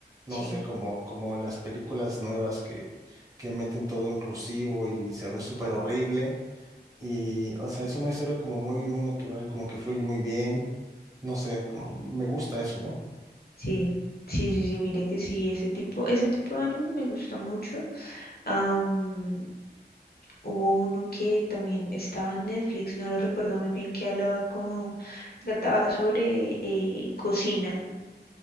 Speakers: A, on the right (about 20°); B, on the left (about 60°).
A: no
B: Sí,
A: sé, como, como las películas nuevas que, que meten todo inclusivo y se ve súper horrible. Y, o sea, es una historia como muy, muy natural, como que fluye muy bien. No sé, como- me gusta eso, ¿no?
B: sí, sí, sí, sí, mire que sí, ese tipo, ese tipo de anime me gusta mucho. Am, hubo uno que también estaba en Netflix, no lo recuerdo muy bien, que hablaba como, trataba sobre eh, cocina.